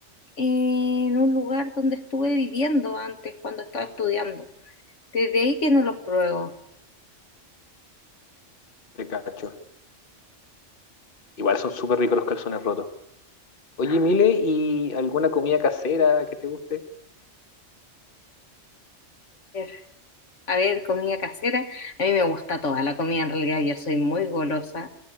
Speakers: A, on the left; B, on the left.
A: en un lugar donde estuve viviendo antes cuando estaba estudiando. Desde ahí que no los pruebo.
B: De cacho. Igual son súper ricos los calzones rotos. Oye, Mile, ¿y alguna comida casera que te guste?
A: A ver, a ver, comida casera. A mí me gusta toda la comida, en realidad yo soy muy golosa.